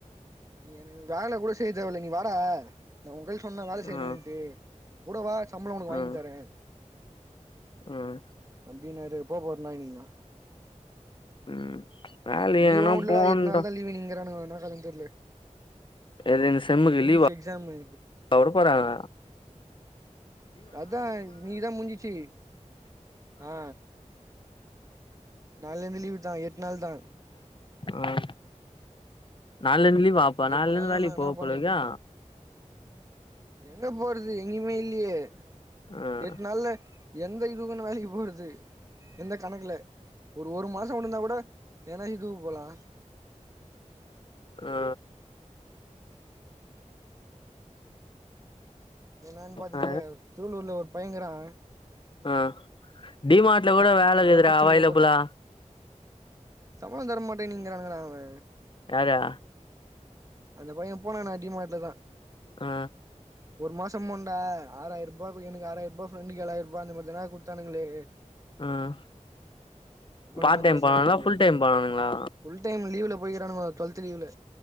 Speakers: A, on the right; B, on the left.
A: நீ எனக்கு வேல கூட செய்ய தேவல்ல நீ வாடா நா உங்கையில சொன்னனா வேல செய்யணுன்ட்டு
B: ம்
A: கூடவா சம்பளோ உனக்கு வாங்கி
B: ம்
A: தரே
B: ம்
A: அப்டின்னுரு போ போறனாய்ங்க
B: ம் வேலைக்கு
A: லீவு
B: எங்கனா
A: வுல்ல
B: போணுடா
A: எட் நாள்தா லீவுங்கிறானுங்க என்னா கதன்னு தெர்ல
B: ஏது இந்த செம்முக்கு
A: இன்னிக்கு முஞ்சிச்சு
B: லீவா
A: எக்ஸாமு
B: வுடப்போறங்க
A: அதா நீதா முடிஞ்சிச்சு ஆ நாளைந்து லீவு தா எட் நாள் தா
B: ஆ நாளைலிந்து லீவா அப்ப
A: எட்டு
B: நாளைலிந்து
A: நாள்ல
B: வேலைக்கு
A: நா என்ன
B: போ
A: பண்றது
B: போலக்கே
A: எங்க போறது எங்கேயுமே இல்லையே
B: ம்
A: எட் நாள்ல எந்த இதுக்குன்னு வேலைக்கு போறது எந்த கணக்குல ஒரு ஒரு மாச உண்டுருந்தா கூட வேணா இதுக்கு போலா
B: ஆ
A: என்னன்னு பாத்துட்டு
B: ஆ
A: சூலூர்ல ஒரு பையங்கறா
B: ஆ டிமார்ட்ல கூட வேலைக்குதுடா
A: அவனதா புச்சுன்னு
B: அவைலபிளா
A: சம்பளோ தர மாட்டே நீங்கிறானுங்கா அவங்க
B: யாரே
A: அந்தப்பைய போனான்னா டிமாட்ல தா
B: ஆ
A: ஒரு மாசம் போண்டா ஆறாயிரரூபாகுஎனக்கு ஆறாயிரூபா ஃப்ரண்டுக்கு ஏழாயிர ரூபா அந்த மாதிதானா குத்தானுங்களே
B: ம்
A: சம்பளமே
B: பார்ட் டைம்
A: தர்ல
B: பண்ணானுங்களா
A: அவனுங்கோ
B: ஃபுல் டைம் பண்ணானுங்களா
A: சொல்ட் டைம் லீவ்ல போயிறானுங்க டுவல்த லீவ்ல